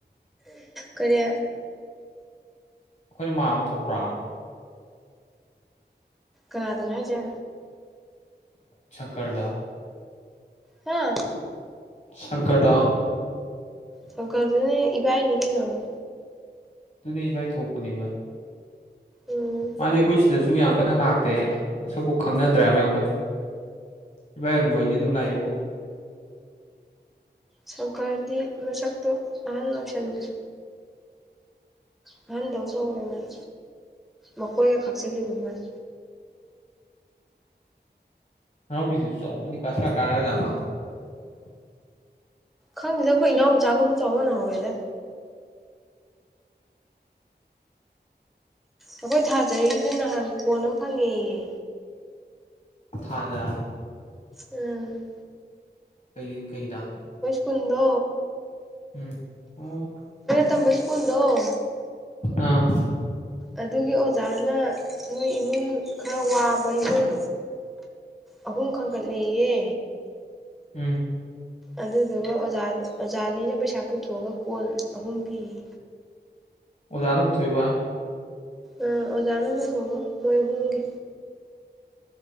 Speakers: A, in the centre; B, on the left (about 40°).
A: ꯀꯔꯤꯦ
B: ꯑꯩꯈꯣꯏꯅ ꯃꯥ ꯑꯃ ꯊꯣꯛꯄ꯭ꯔꯥ
A: ꯀꯥꯗꯅ ꯍꯥꯏꯖ
B: ꯆꯪꯀꯔꯗꯥ
A: ꯍꯥꯥ
B: ꯁꯪꯀꯔꯗꯣ
A: ꯁꯒꯔꯗꯅꯦ ꯏꯕꯥꯏꯅꯤ ꯀꯥꯏꯩꯅꯉ
B: ꯑꯗꯨꯅꯦ ꯏꯕꯥꯏ ꯊꯣꯛꯄꯅꯦꯕ
A: ꯎꯝ
B: ꯃꯥꯗꯤ ꯑꯩꯈꯣꯏ ꯁꯤꯗꯁꯨ ꯌꯥꯝ ꯀꯟꯅ ꯂꯥꯛꯇꯦ ꯃꯁꯛꯄꯥꯎ ꯈꯪꯅꯗ꯭ꯔꯦꯕ ꯌꯥꯝ ꯀꯟꯅ ꯏꯕꯥ ꯑꯂꯨ ꯑꯣꯏꯗꯤ ꯑꯗꯨꯝ ꯂꯥꯛꯌꯦꯦꯕꯨ
A: ꯁꯪꯀꯔꯗꯤ ꯃꯁꯛꯇꯣ ꯑꯍꯟ ꯑꯣꯏꯁꯟꯂꯨꯒꯦ ꯅꯍꯟꯗꯧ ꯇꯈ꯭ꯔꯦ ꯃꯥꯜ ꯃꯀꯣꯏꯒ ꯈꯥꯛꯆꯤꯜꯂꯤꯕ ꯃꯥꯜ
B: ꯑ ꯄꯤꯖꯤꯁꯨ ꯆꯥꯎꯅꯤ ꯀꯥꯁ ꯀꯥꯖꯅ
A: ꯈꯪꯗꯦꯗ ꯑꯩꯈꯣꯏ ꯏꯅꯥꯎ ꯃꯆꯥꯒꯕꯨ ꯆꯥꯎꯕ ꯅꯍꯧꯋꯦꯗ ꯑꯩꯈꯣꯏ ꯊꯥꯖꯔꯤꯁꯤ ꯅꯍꯥꯟ ꯀꯣꯟ ꯑꯃ ꯐꯪꯉꯦꯌꯦ
B: ꯊꯖꯥ
A: ꯎꯝ
B: ꯀꯩ ꯀꯩꯗ
A: ꯀꯟꯗ
B: ꯎꯝ ꯑꯣ
A: ꯇꯝꯕ ꯁ꯭ꯀꯨꯜꯗꯣ
B: ꯑꯥ
A: ꯑꯗꯨꯒꯤ ꯑꯣꯖꯥꯅ ꯅꯣꯏ ꯏꯃꯨꯡ ꯈꯔ ꯋꯥꯕ ꯏꯃꯨꯡ ꯑꯍꯨꯝ ꯈꯥꯡꯒꯠꯂꯌꯦ
B: ꯎꯝ
A: ꯑꯗꯨꯗꯨꯒ ꯑꯣꯖꯥ ꯑꯣꯖꯥꯅꯤꯅ ꯄꯩꯁꯥ ꯄꯨꯊꯣꯛꯑꯒ ꯀꯣꯜ ꯑꯍꯨꯝ ꯄꯤꯌꯦ
B: ꯑꯣꯖꯅ ꯄꯨꯊꯣꯛꯕ
A: ꯑ ꯑꯣꯖꯥꯅꯕꯨ ꯍꯒ ꯃꯣꯏ ꯍꯣꯡꯒꯦ